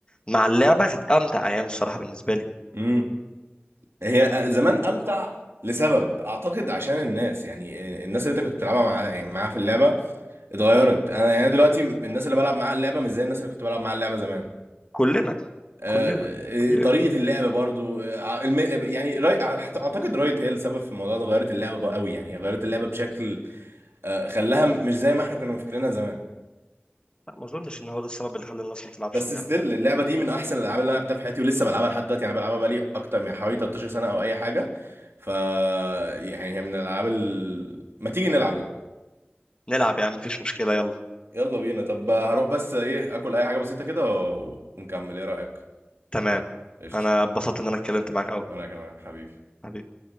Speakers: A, on the left (about 25°); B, on the right (about 85°).
A: مع اللعبه كانت امتع ايام الصراحه بالنسبه لي
B: امم هي آه، زمان امتع لسبب اعتقد عشان الناس يعني آه، الناس اللي انت كنت بتلعبها مع معاها في اللعبه اتغيرت انا يعني دلوقتي الناس اللي بلعب معاها اللعبه مش زي الناس اللي كنت بلعب معاها اللعبه زمان
A: كلنا
B: آه،
A: كلنا طبيعي
B: آه، طريقة اللعب برضو آه، ع- الم- يعني راي... اعتقد رايت هي السبب في الموضوع ده غيرت اللعبة بقى قوي يعني هي غيرت اللعبة بشكل آه، خلاها مش زي ما احنا كنا فاكرينها زمان
A: لا ما اظنش ان هو ده السبب اللي خلى الناس ما تلعبش
B: بس
A: اللعبه
B: ستيل اللعبة دي من احسن الالعاب اللي انا لعبتها في حياتي ولسه بلعبها لحد دلوقتي يعني أنا بلعبها بقالي اكتر من حوالي 13 سنة او اي حاجة ف يعني هي من الالعاب ال... ما تيجي نلعب يلا
A: نلعب يا عم مفيش مشكلة يلا
B: يلا بينا طب هروح بس ايه اكل اي حاجة بسيطة كده و- ونكمل ايه رأيك
A: تمام
B: قشطة
A: أنا اتبسطت إن أنا اتكلمت معاك أوي
B: وانا كمان حبيبي
A: حبيبي